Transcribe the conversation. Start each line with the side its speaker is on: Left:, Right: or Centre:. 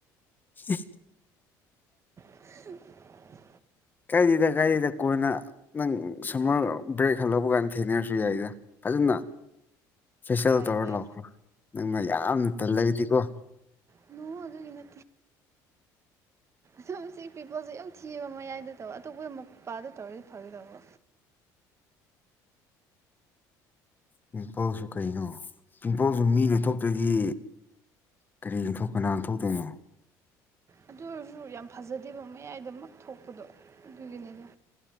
Left: ꯎ
Right: ꯍ
Left: ꯀꯥꯏꯗꯦꯗ ꯀꯥꯏꯗꯦꯗ ꯀꯣꯏꯅ ꯅꯪ ꯁꯨꯃꯔ ꯕ꯭ꯔꯦꯛ ꯍꯜꯍꯧꯕ ꯀꯥꯟꯗ ꯊꯦꯡꯅꯔꯁꯨ ꯌꯥꯏꯗ ꯐꯖꯅ ꯐꯦꯁꯦꯜ
Right: ꯍꯣꯏ
Left: ꯇꯧꯔ
Right: ꯍꯣꯏ
Left: ꯂꯥꯎꯈ꯭ꯔꯣ ꯅꯪꯅ ꯌꯥꯝꯅ ꯇꯜꯂꯕꯗꯤꯀꯣ
Right: ꯅꯅꯨꯡ ꯍꯧ ꯑꯗꯨꯅꯤ ꯅ ꯑꯗꯨꯝ ꯁꯤ ꯄꯤꯄꯣꯜꯁꯦ ꯌꯥꯝ ꯊꯤꯕ ꯃꯌꯥꯏꯗ ꯇꯧꯕ ꯑꯇꯣꯞꯄꯗ ꯃꯄꯥꯗ ꯇꯧꯔꯤ ꯐꯕꯤ ꯊꯕꯣ
Left: ꯄꯤꯝꯄꯜꯁꯨ ꯀꯩꯅꯣ ꯄꯤꯝꯄꯜꯁꯨ ꯃꯤ ꯅ ꯊꯣꯛꯣꯛꯇꯒꯤ ꯀꯔꯤ ꯏꯊꯧ ꯀꯅꯥ ꯊꯣꯛꯧꯗꯣꯏꯅꯣ
Right: ꯑꯗꯨ ꯑꯣꯏꯔꯁꯨ ꯌꯥꯝ ꯐꯖꯗꯦꯕ ꯃꯌꯥꯏꯗꯃꯛ ꯊꯣꯛꯄꯗꯣ ꯑꯗꯨꯒꯤꯅꯤꯅꯦ